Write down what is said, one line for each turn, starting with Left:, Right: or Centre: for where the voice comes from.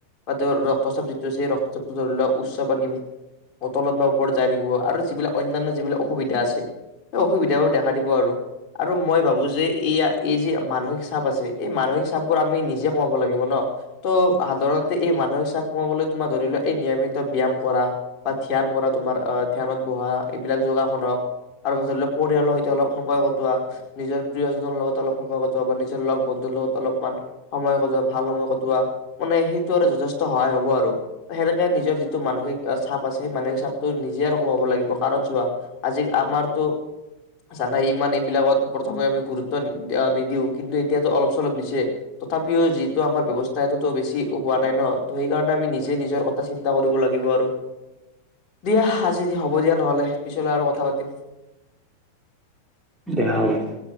Left: বা তেওঁ ৰক্তচাপ যিটো আছে ৰক্তচাপটো ধৰি লওক উচ্চ পানী অটলত বা ওপৰত যাই থাকিব আৰু যিবিলাক অন্যান্য যিবিলাক অসুবিধা আছে সেই অসুবিধাবোৰ দেখা দিব আৰু আৰু মই ভাবো যে এইয়া এই যি মানসিক চাপ আছে এই মানসিক চাপ বোৰ আমি নিজে কমাব লাগিব। ন ত' সাধাৰণ এই মানসিক চাপ কমাবলৈ তোমাৰ ধৰি লোৱা এই নিয়মিত ব্যায়াম কৰা বা ধ্যান কৰা তোমাৰ আহ ধ্যানত বহা এইবিলাক যোগাসন হক আৰু ধৰি লোৱা পৰিয়ালৰ সৈতে অলপ সময় কটোৱা নিজৰ প্ৰিয়জনৰ লগত অলপ সময় কটোৱা বা নিজৰ লগ বন্ধুৰ লগত অলপমান সময় কটোৱা ভাল সময় কটোৱা মানে সেই আৰু যথেষ্ট সহায় হ'ব আৰু সেনেকে নিজৰ যিটো মানসিক চাপ আছে সেই মানসিক চাপটো নিজে আৰু কমাব লাগিব কাৰণ চোৱা আজি আমাৰতো জানাই ইমান এইবিলাকত প্ৰথমে আমি গুৰুত্ব নিদিও কিন্তু এতিয়াতো অলপ চলপ দিছে তথাপিও যিটো আমাৰ ব্যৱস্থা সেইটোতো বেছি। হোৱা নাই ন ত সেইকাৰণে আমি নিজে নিজৰ কথা চিন্তা কৰিব লাগিব আৰু দিয়া আজি হব দিয়া। নহলে পিছলে আৰু কথা পাতিম।
Centre: দিয়া হ'ব দিয়া